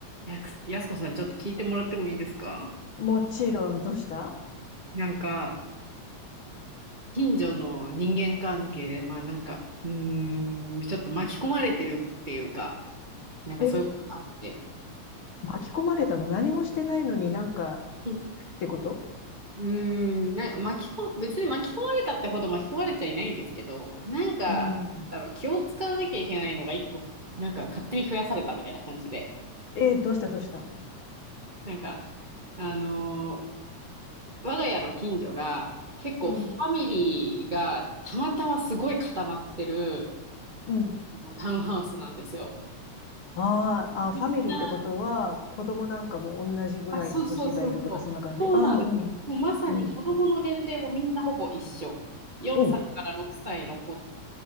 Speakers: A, on the right; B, on the left.
A: やくやすこさん、ちょっと聞いてもらってもいいですか
B: もちろん、どうした
A: なんか、近所の人間関係で、まあなんか、うーん、ちょっと巻き込まれてるっていうか、なんかそういうことがあって。
B: え、巻き込まれたの何もしてないのになんかっ
A: うん
B: てこと
A: うーん、なんか巻きこ、別に巻き込まれたってほど巻き込まれちゃいないんですけど、なんか、
B: うん。
A: あの、気を使わなきゃいけないのが一個、なんか勝手に増やされたみたいな感じで、
B: えー、どうしたどうした
A: なんか、あのー我が家の近所が結構ファミリーがたまたますごい固まってる、
B: うん、うん。
A: もうタウンハウスなんですよ。
B: あーあ、
A: みんな、
B: ファミリーってことは、子供なんかも同じぐらいの年がいるとか、
A: あ、そうそうそうそう。
B: そんな感じああー、
A: そうなんですよ。
B: うん、
A: もうまさに子供の年齢もみんなほぼ一緒。
B: うん、
A: 4歳から6歳の子
B: おう、